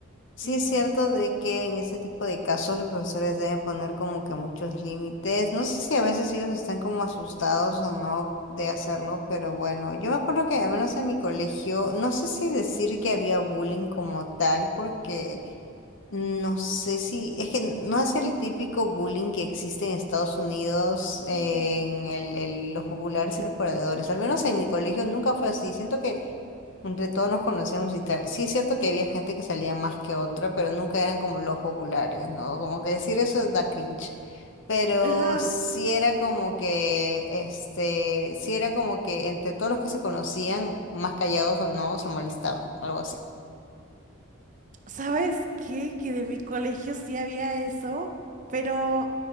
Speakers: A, on the left; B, on the right.
A: sí
B: Ujú,
A: es cierto de que en ese tipo de casos los profesores deben poner como que muchos límites. No sé si a veces ellos están como asustados o no de hacerlo, pero bueno, yo me acuerdo que al menos en mi colegio, no sé si decir que había bullying como tal, porque... No sé si, es que no es el típico bullying que existe en Estados Unidos, en
B: ujú.
A: el, el- los populares y los perdedores. Al menos en mi colegio nunca fue así. Siento que entre todos nos conocíamos y tal. Sí es cierto que había gente que salía más que otra, pero nunca eran como los populares, ¿no? Como que decir eso da cringe. Pero
B: Ajá,
A: sí era como que, este, sí era como que entre todos los que se conocían, más callados o no, se molestaban, algo así.
B: ¿Sabes qué? Que de mi colegio sí había eso, pero